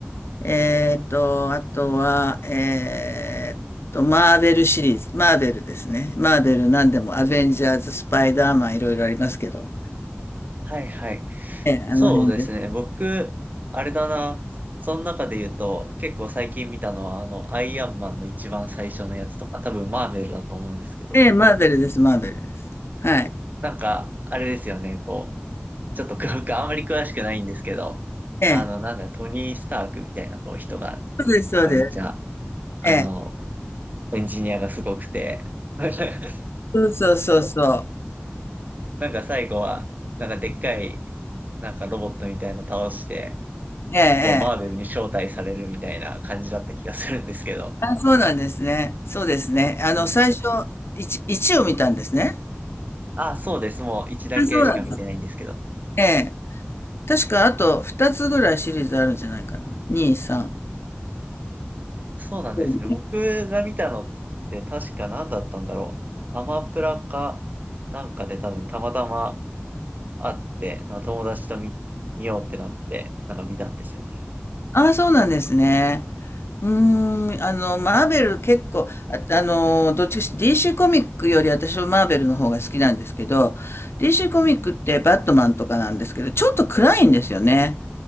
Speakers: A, on the left; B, on the right.
A: えっと、あとは、えっと、マーベルシリーズ。マーベルですね。マーベル何でも、アベンジャーズ、スパイダーマン、いろいろありますけど。
B: はいはい。
A: ええ、
B: そうですね。
A: あの辺で。
B: 僕、あれだな。その中で言うと、結構最近見たのは、あの、アイアンマンの一番最初のやつとか、多分マーベルだと思うんですけど、
A: ええ、マーベルです、マーベルです。はい。
B: なんか、あれですよね、こう、ちょっと僕あんまり詳しくないんですけど、
A: ええ、
B: あの、なんだ、トニー・スタークみたいなこう人が、
A: そうです、そうです。
B: なんかめっちゃ、あの、
A: ええ、
B: エンジニアがすごくて、<laughs>
A: そうそうそうそう。
B: なんか最後は、なんかでっかい、なんかロボットみたいなの倒して、
A: ええ、ええ。
B: こう、マーベルに招待されるみたいな感じだった気がするんですけど。
A: あ、そうなんですね。そうですね。あの、
B: うん。
A: 最初、1、一を見たんですね。
B: あ、そうです。もう一だけしか見てないんですけど。
A: あ、そうなんだええ。確か、あと2つぐらいシリーズあるんじゃないかな。2、3。
B: そうなんですね。
A: そうね
B: 僕が見たのって確か何だったんだろう。アマプラかなんかで多分たまたまあって、なんか友達と見、見ようってなって、なんか見たんですよね。
A: ああ、そうなんですね。うーん、あの、マーベル結構、あ、あの、どっちかし DC コミックより私はマーベルの方が好きなんですけど、DC コミックってバットマンとかなんですけど、ちょっと暗いんですよね。